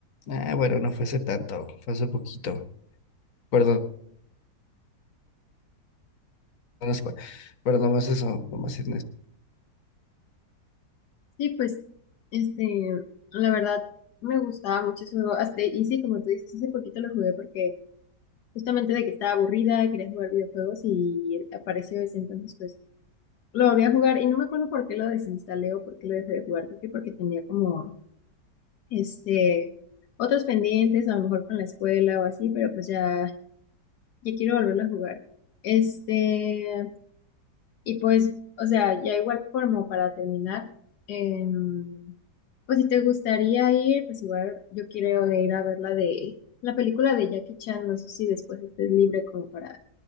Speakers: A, on the left (about 55°); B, on the left (about 70°).
A: Ah, bueno, no fue hace tanto, fue hace poquito. Perdón, no es- pero nomás eso, nomás es eso.
B: Sí, pues, este, la verdad me gustaba mucho eso, hasta, y sí, como tú dices, hace poquito lo jugué porque justamente de que estaba aburrida, quería jugar videojuegos y apareció ese, entonces pues lo volví a jugar y no me acuerdo por qué lo desinstalé o por qué lo dejé de jugar, creo que porque tenía como este otros pendientes, a lo mejor con la escuela o así, pero pues ya, ya quiero volverlo a jugar. Este, y pues, o sea, ya igual como para terminar, em, pues si te gustaría ir, pues igual yo quiero ir a ver la de la película de Jackie Chan, no sé si después estés libre como para